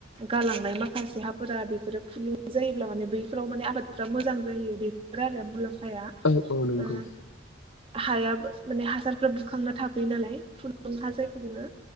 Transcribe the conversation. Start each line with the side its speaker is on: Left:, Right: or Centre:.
Right: गालांनाय माखासे हाफोरा बेफोरो फुलुं जायोब्ला बैफोराव माने आबादफ्रा मोजां जायो बेफोर आरो मुलाम्फाया
Left: औ औ नंगौ
Right: ओ हायाबो माने हासारफ्रा बुखांना थाफैयो नालाय फुलुं हा जायखौ बुङो